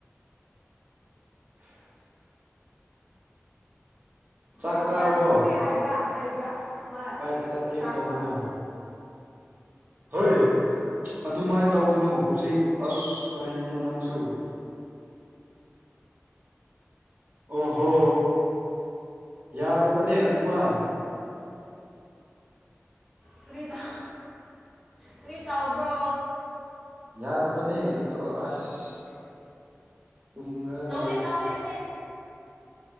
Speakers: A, on the right; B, in the centre.
A: <inaudible> ꯆꯥꯛ
B: ꯃꯄꯥꯟ
A: ꯆꯥꯔꯕꯣ
B: ꯊꯣꯛꯀꯦ ꯍꯥꯏꯕ ꯍꯥꯏꯕ꯭ꯔ ꯍꯣꯏ
A: ꯀꯥꯏꯗ ꯆꯠꯀꯦ
B: ꯆꯥꯈ
A: ꯇꯧꯕꯅꯣ ꯍꯣꯏ ꯑꯗꯨꯃꯥꯏꯅ ꯇꯧꯒꯅꯨ ꯍꯧꯖꯤꯛ ꯑꯁ ꯀꯔꯤꯅꯣ ꯅꯪꯁꯨ ꯑꯣꯍꯣ ꯌꯥꯗꯕꯅꯦ ꯑꯗꯨꯃꯥꯏ
B: ꯀꯔꯤ ꯇ ꯀꯔꯤ ꯇꯥꯎꯕ꯭ꯔꯣ
A: ꯌꯥꯗꯕꯅꯤ ꯑꯣ ꯑꯁ ꯇꯨꯝꯔꯒ
B: ꯇꯧꯗꯦ
A: ꯂꯩꯌꯦ
B: ꯇꯧꯗꯦ ꯁꯦ